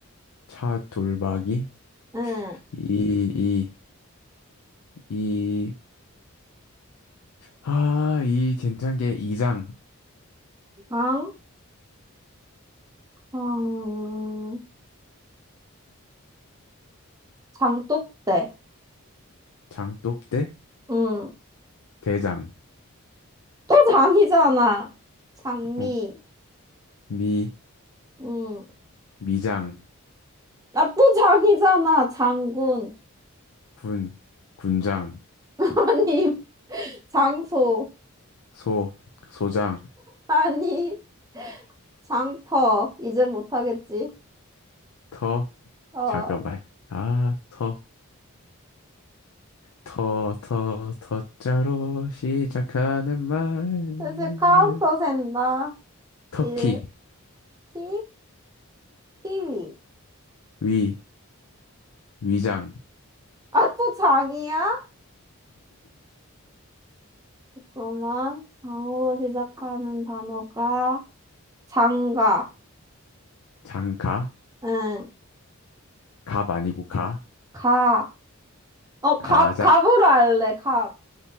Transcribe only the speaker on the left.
차 돌박이,
이, 이, 이, 아, 이 괜찮게 이장,
장독대,
대장,
뭐, 미,
미장,
군, 군장,
소, 소장,
터,
잠깐만. 아, 터, 터, 터, 터자로 시작하는 말.
터키,
위, 위장,
장 가,
갑 아니고 가,
가장,